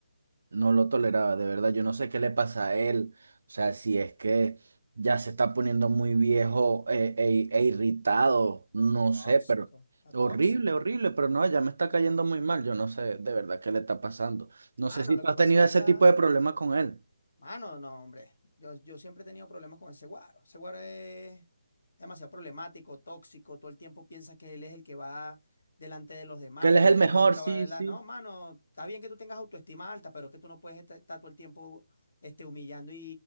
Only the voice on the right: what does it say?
No lo toleraba, de verdad. Yo no sé qué le pasa a él. O sea, si es que ya se está poniendo muy viejo eh, e, e irritado, no
sé, pero
horrible,
horrible, pero no, ya me está cayendo muy mal. Yo no sé de verdad qué le está pasando. No
sé si
tú
has
tenido
ese
tipo de problemas con él.
Que él
es
el
mejor,
sí,
sí.